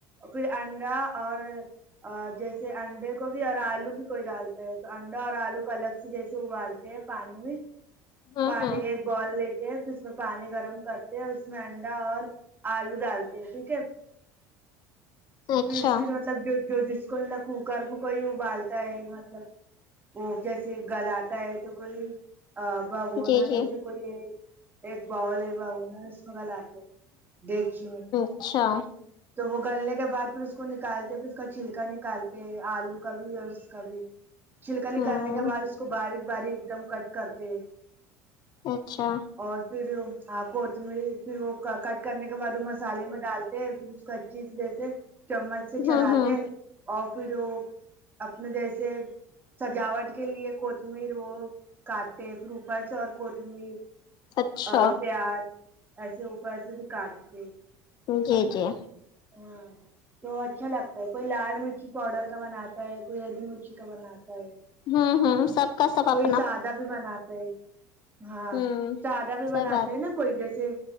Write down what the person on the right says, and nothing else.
پھر انڈا اور اور جیسے انڈے کو بھی اور آلو بھی کوئی ڈالتا ہے تو انڈا اور آلو کو الگ سے جیسے ابالتے ہیں پانی میں
پانی
ایک بال لے پھر اس میں پانی گرم کرتے ہیں اور اس میں انڈا اور آلو ڈالتے ہیں پھر تے
<inaudible> پھر اسکے بعد مطلب جو جو جس کو مطلب کوکر میں کوئی ابالتا ہے مطلب وہ جیسے گلاتا ہے تو کوئی بھگونا
جیسے
کوئی ایک باول ہے اس میں گلتے دیکھچی میں
تو وہ گلنے کے بعد پھر اس کو نکالتے پھر اس کا چھلکا نکالتے آلو کا بھی اور اس کا بھی چھلکا نکالنے
کے بعد اس کو باریک باریک ایک دم کٹ کرتے ہے
اور پھر کوتمیر پھر وہ کٹ کرنے کے بعد وہ مسالے میں ڈال پھر اس اچھے سے جیسے چمچ سے چلاتے
اور پھر وہ اپنے جیسے سجاوٹ کے لیے کوتمیر وہ کاٹتے پھر اوپر سے اور کوتمیر
اور پیاز ایسے اپر سے بھی کاٹ تھے
ہاں تو اچھا لگتا ہے کوئی لال مرچی پاؤڈر کا بناتا ہے کوئی ہری مرچی کا بناتا ہے
کوئی
سادہ بھی بناتے ہے ہاں
سادہ بھی بناتے
ہیں نا کوئی جیسے